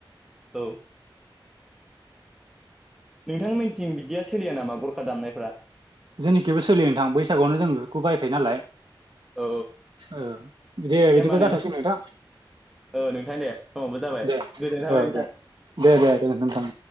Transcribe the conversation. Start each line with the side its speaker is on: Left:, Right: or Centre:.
Centre: औ नोंथां मिन्थिं बिदिया सोलिया नामा गरखा दामनायफ्रा
Right: जेनिखिबो सोलियो नोंथां बैसागुआवनो जों बेफोरखौ बायखायो नालाय
Centre: औ
Right: औ बिदि
Centre: दे होमबा
Right: बिदिबो जाथोंसै नोंथां।
Centre: ओ नोंथां दे समावबो जाबाय
Right: दे
Centre: गोजोननाय थाबाय
Right: औ
Centre: नोंथां
Right: दे दे दे नोंथां।